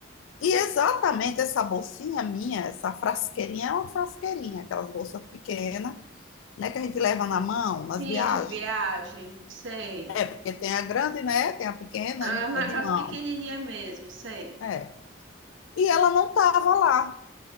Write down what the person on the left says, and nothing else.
E exatamente essa bolsinha minha, essa frasqueirinha, é uma frasqueirinha, aquelas bolsas pequenas, né, que a gente leva na mão, nas
viagens.
É, porque tem a grande, né, tem a pequena,
e
a de mão.
É. E ela não estava lá.